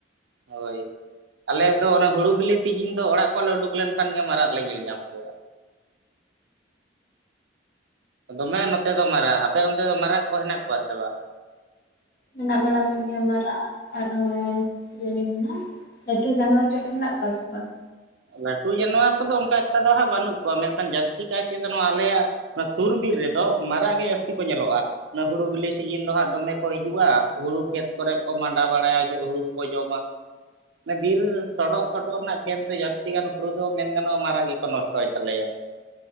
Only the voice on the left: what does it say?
ᱢᱮᱱᱟᱜ ᱵᱟᱲᱟ ᱠᱚᱜᱮᱭᱟ ᱢᱟᱨᱟᱜ ᱟᱨ ᱦᱚᱸᱪᱮᱱ ᱢᱮᱱᱟᱜᱼᱟ? ᱞᱟᱹᱴᱩ ᱡᱟᱱᱣᱟᱨ ᱠᱚᱫᱚ ᱢᱮᱱᱟᱜ ᱠᱚᱣᱟ ᱥᱮ ᱵᱟᱝ?